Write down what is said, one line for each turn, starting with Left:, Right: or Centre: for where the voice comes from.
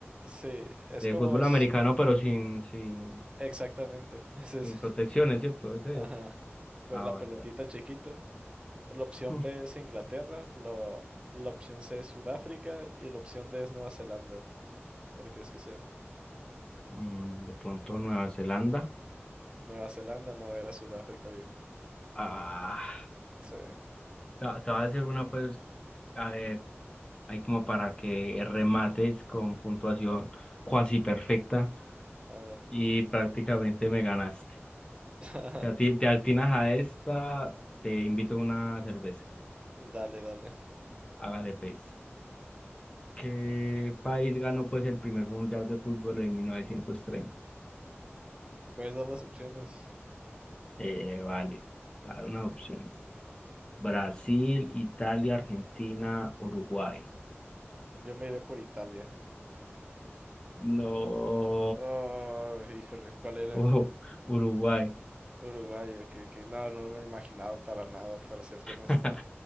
Right: sí, es
Left: de
Right: como...
Left: fútbol
Right: s-
Left: americano, pero sin, sin,
Right: Exactamente. <laughs> es ese.
Left: sin protecciones, ¿cierto? Ese
Right: Ajá.
Left: es.
Right: Con
Left: Ah,
Right: la
Left: vale,
Right: pelotita
Left: vale.
Right: chiquita. La opción
Left: <laughs>
Right: B es
Left: <sighs>
Right: Inglaterra. lo- la opción C es Sudáfrica. Y la opción D es Nueva Zelanda. ¿Cuál crees que sea?
Left: Mm, de pronto Nueva Zelanda.
Right: Nueva Zelanda no era Sudáfrica, viejo.
Left: Ah.
Right: Sí.
Left: Te te voy a hacer una, pues, a ver, hay como para que remates con puntuación cuasi perfecta
Right: A ver.
Left: y prácticamente me ganaste.
Right: <laughs>
Left: Si a ti te atinas a esta, te invito a una cerveza.
Right: Dale, dale.
Left: Hágale, pues. ¿Qué país ganó, pues, el primer mundial de fútbol en mil novecientos treinta
Right: ¿Me puedes dar las opciones?
Left: Eh, vale, dar unas opciones. Brasil, Italia, Argentina, Uruguay.
Right: Yo me iré por Italia.
Left: No,
Right: Oh, híjole. ¿Cuál era?
Left: oh, Uruguay.
Right: Uruguayo, que, que no, no me lo imaginaba para nada, para serte honesto.
Left: <laughs>